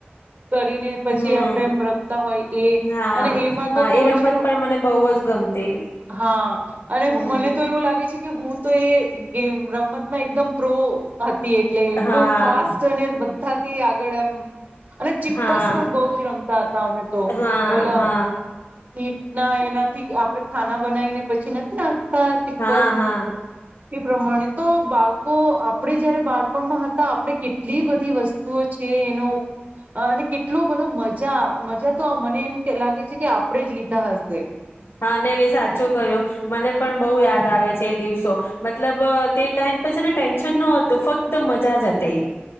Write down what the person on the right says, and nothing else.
કરીને પછી
આપણે એમ રમતા હોય એ
અને એમાં તો
ખબર
છે
હા. હા
મને તો એવું લાગે. કે હું તો એ ગેમ રમતમાં એકદમ. પ્રો હતી એટલે એટલું
ફાસ્ટ અને બધા જ. થી આગળ એમ અને ચીપસ
પણ બો જ રમતા હતા અમે તો
ઓ લા
ઈટ ના એનાથી. આપણે ખાના બનાવીને. નથી નાખતા ચીપ્બસ.
પ્રમાણે તો બાલ કો આપણે જયારે બાળપણમાં હતા આપણે કેટ કેટલી બધી વસ્તુઓ છે એનો ઉ અને કેટલું બધો મજા મજા તો મને એમ લાગે છે કે આપણેે જ લીધા હશે.